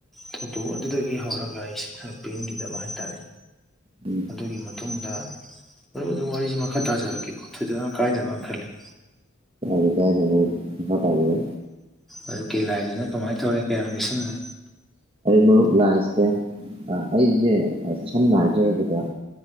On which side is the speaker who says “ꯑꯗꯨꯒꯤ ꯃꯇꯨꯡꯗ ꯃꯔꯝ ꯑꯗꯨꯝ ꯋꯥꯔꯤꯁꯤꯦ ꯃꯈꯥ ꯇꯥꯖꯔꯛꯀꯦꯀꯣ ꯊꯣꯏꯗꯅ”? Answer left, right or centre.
Centre